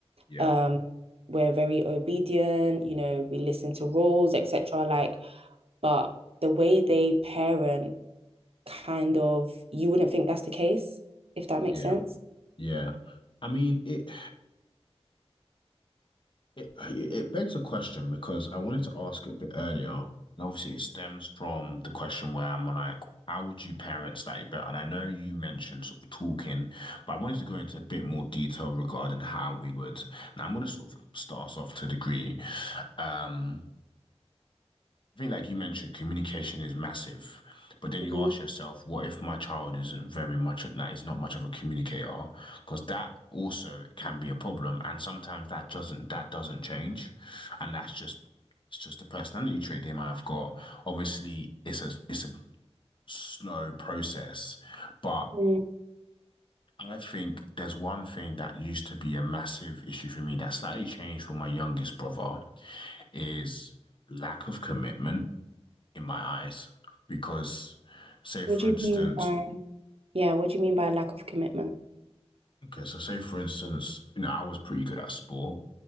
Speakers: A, on the left (about 50°); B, on the right (about 60°).
A: Yeah.
B: Um, we're very obedient, you know, we listen to rules, etc. Like, but the way they parent kind of you wouldn't think that's the case, if that makes
A: Yeah.
B: sense.
A: Yeah. I mean, it. It, it begs a question because I wanted to ask it a bit earlier. And obviously, it stems from the question where I'm like, how would you parent slightly better? And I know you mentioned sort of talking, but I wanted to go into a bit more detail regarding how we would. Now, I'm going to sort of start us off to a degree. Um, I think, like you mentioned, communication is massive. But then
B: Mhm.
A: you ask yourself, what if my child isn't very much, that is not much of a communicator? Because that also can be a problem. And sometimes that doesn't, that doesn't change. And that's just, it's just a personality trait they might have got. Obviously, it's a, it's a slow process, but
B: Mm.
A: I think there's one thing that used to be a massive issue for me that slightly changed for my youngest brother is lack of commitment in my eyes because say
B: What
A: for
B: do
A: instance
B: you mean by? Yeah, what do you mean by lack of commitment?
A: okay so say for instance you know I was pretty good at sport